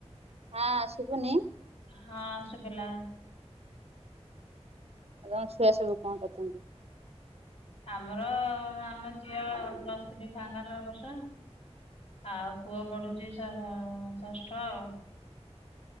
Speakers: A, on the right; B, on the left.
A: ହାଁ ଶୁଭୁନି?
B: ହାଁ ସୁଭିଲା।
A: ଆଉ ତମ ଛୁଆ ସବୁ କଣ କରୁଛନ୍ତି?
B: ଆମର ଆମ ଝିଅ ପ୍ଲସ୍ ଥ୍ରୀ ଫାଇନାଲ୍ ଏ ବର୍ଷ। ଆଉ ପୁଅ ପଢୁଛି ଷ ଷ ଆ ଷଷ୍ଠ ଆଉ।